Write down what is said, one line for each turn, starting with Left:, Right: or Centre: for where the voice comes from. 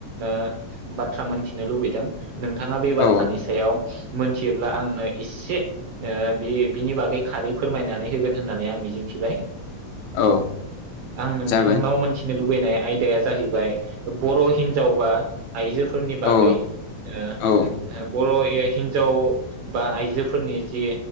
Right: ओ बाथ्रा मोनथिनो लुबैदों नोंथाङा बे बाथ्रानि
Left: औ
Right: सायाव मोनथियोब्ला आंनो एसे ओ बे बिनि बागै खारै फोरमायनानै होगोन होननानै आं मिजिंथिबाय
Left: औ
Right: आं नोंथांनाव
Left: जागोन
Right: मोनथिनो लुबैनाया आयदाया जाहैबाय बर' हिनजाव बा आइजोफोरनि बागै
Left: औ
Right: ओ ओ
Left: औ
Right: बर' हि- हिनजाव बा आइजोफोरनि जि